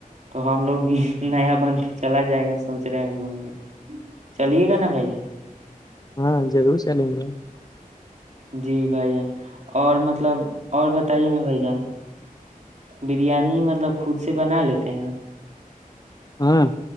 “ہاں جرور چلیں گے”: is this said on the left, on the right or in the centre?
Left